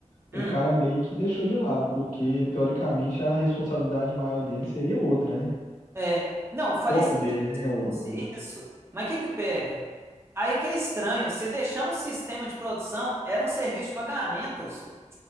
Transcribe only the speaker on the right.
Hum,
é. Não, faria
sentido
se
fosse
isso. Mas o que que pega? Aí que é estranho, você deixar um sistema de produção era um serviço de pagamento, só.